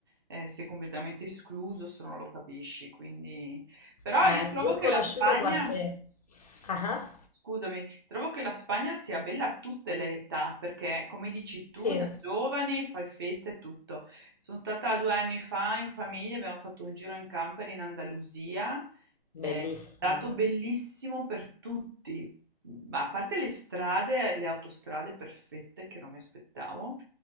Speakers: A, on the right; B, on the left.
A: e sei completamente escluso se non lo capisci. Quindi... Però
B: eh
A: io trovo
B: sì, io ho
A: che
B: conosciuto
A: la Spagna...
B: qualche... Ah, ah,
A: Scusami, trovo che la Spagna sia bella a tutte le età, perché come dici tu,
B: sì,
A: da giovani fai festa e tutto. Sono stata due anni fa in famiglia, abbiamo fatto un giro in camper in Andalusia, è
B: bellissimo.
A: stato bellissimo per tutti, ma a parte le strade, le autostrade perfette che non mi aspettavo,